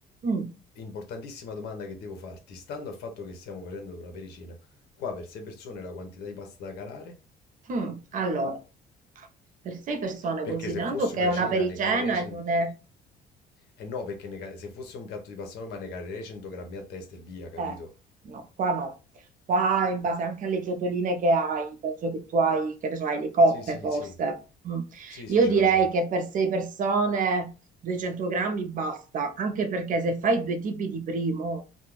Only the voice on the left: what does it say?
importantissima domanda che devo farti, stando al fatto che stiamo facendo una pericina, qua per 6 persone la quantità di pasta da calare?
Perché
se fosse
una
cena
ne calerei cen
eh no, perché ne ca se fosse un piatto di pasta normale ne calerei 100 grammi a testa e via, capito?
Sì, sì,
sì.
Sì,
sì, ce
l'ho, ce l'ho.